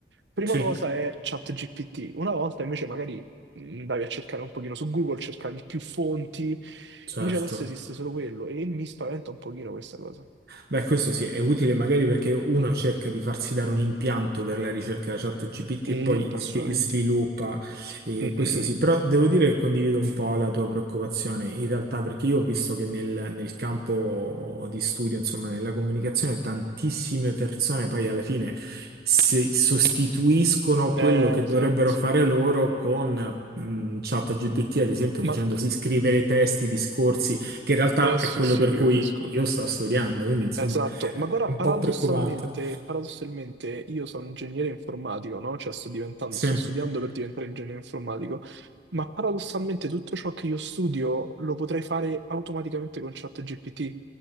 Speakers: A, on the right (about 80°); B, on the right (about 55°).
A: Prima
B: Sì,
A: cosa è chat GPT. Una volta invece magari mh, andavi a cercare un pochino su Google, cercavi più fonti,
B: certo.
A: invece adesso esiste solo quello e mi spaventa un pochino questa cosa.
B: Beh, questo sì, è utile magari perché uno cerca di farsi dare un impianto per la ricerca ChatGPT
A: Mm,
B: e poi
A: assolutamente.
B: svi- sviluppa, eh,
A: Mm-mm.
B: questo sì, però devo dire che condivido un po' la tua preoccupazione, in realtà perché io ho visto che nel, nel campo di studio, insomma, nella comunicazione, tantissime persone poi alla fine si sostituiscono
A: Eh,
B: quello che
A: esatto.
B: dovrebbero fare loro con... mh, ChatGPT, ad esempio,
A: Ma
B: facendosi scrivere testi, discorsi, che in realtà
A: eh, sì,
B: è quello
A: sì,
B: per
A: ti
B: cui
A: capisco.
B: io sto studiando, quindi insomma
A: Esatto, ma
B: è
A: guarda,
B: un
A: paradossalmente,
B: po' preoccupante.
A: paradossalmente io sono ingegnere informatico, no? Cioè sto diventando,
B: Sì,
A: sto studiando per diventare ingegnere informatico, ma paradossalmente tutto ciò che io studio lo potrei fare automaticamente con ChatGPT.